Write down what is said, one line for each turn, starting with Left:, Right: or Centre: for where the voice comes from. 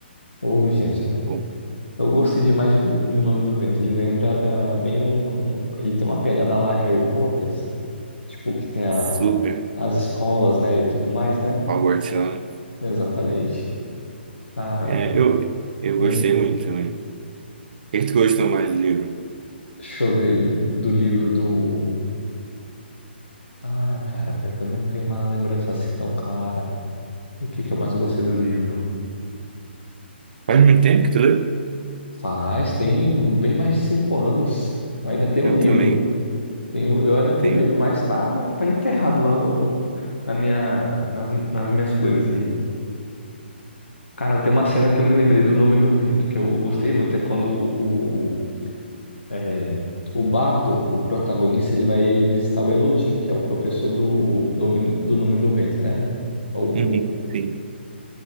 Left: Oh, gente, eu
Right: Pô,
Left: eu gostei demais de, Bo- de O Nome do Vento. Ele lembra eh, bem um, um- Ele tem uma pegada lá Harry Potter, tipo, que tem a-
Right: super.
Left: as escolas, né, e tudo mais, né?
Right: Hogwartsiano.
Left: Exatamente. Cara,
Right: É, eu, eu
Left: hum,
Right: gostei muito também. O que que tu gostou mais do livro?
Left: deixa eu ver do, do livro do... Ah, cara, pior que eu não tenho uma lembrança assim tão clara. O que que eu mais gostei do livro?
Right: Faz muito tempo que tu leu?
Left: Faz, tem um, bem mais de cinco anos. Eu ainda tenho
Right: Eu
Left: o livro.
Right: também.
Left: Tenho, eu ainda tenho
Right: Tenho.
Left: o livro, mas tá, tá enterrado lá o- na minha, nas, nas minhas coisas aí. Cara, tem uma cena que eu me lembrei do Nome do Vento, que eu gostei muito, é quando o, é, o Bardo, o protagonista, ele vai visitar o Elodin, que é o professor do, do, Homem- do Nome do Vento, né? O,
Right: Uhum,
Left: o-
Right: sim.